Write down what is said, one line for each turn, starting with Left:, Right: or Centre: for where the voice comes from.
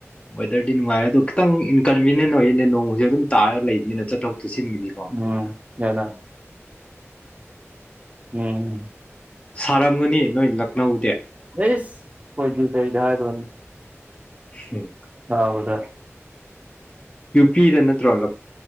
Left: ꯋꯦꯗꯔꯗꯤ ꯅꯨꯡꯉꯥꯏꯔꯦ ꯑꯗꯨꯣ ꯈꯤꯇꯪ ꯏꯟꯀꯟꯕꯤꯅꯦꯟ ꯑꯣꯏꯌꯦꯅꯦ ꯅꯣꯡꯁꯦ ꯑꯗꯨꯝ ꯇꯥꯔꯒ ꯂꯩꯕꯅꯤꯅ ꯆꯠꯊꯣꯛ ꯆꯠꯁꯤꯟꯒꯤꯗꯤꯀꯣ
Right: ꯎꯝ ꯍꯗꯥ ꯎꯝ
Left: ꯁꯥꯔꯝꯒꯅꯤ ꯅꯣꯏ ꯂꯈꯅꯧꯗꯤ
Right: ꯑꯁ ꯀꯣꯏ ꯀꯔꯤꯗ ꯍꯥꯏꯔ ꯋꯥꯅꯤ
Left: ꯎꯝ
Right: ꯍꯥꯎꯗ
Left: ꯌꯨ ꯄꯤꯗꯅ ꯊ꯭ꯔꯣꯂꯣ